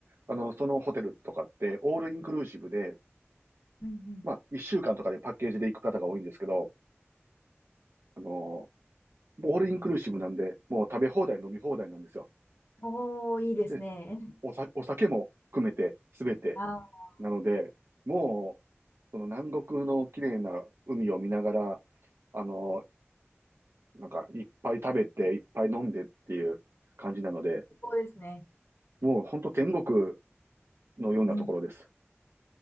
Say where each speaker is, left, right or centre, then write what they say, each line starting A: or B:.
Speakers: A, on the right (about 65°); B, on the left (about 55°).
A: あの、そのホテルとかって、オールインクルーシブで、
B: うん
A: まあ、一週間とかでパッケージで行く方が多いんですけど、あの、オールインクルーシブなんで、もう食べ放題、飲み放題なんですよ。
B: うんおー、いいですね。
A: で、おさ、お酒も含めて、すべて。
B: ああ、
A: なので、もう、その南国の綺麗な海を見ながら、あの、なんか、いっぱい食べて、いっぱい飲んでっていう感じなので、
B: 最高ですね。
A: もう本当天国のようなところです。
B: うん。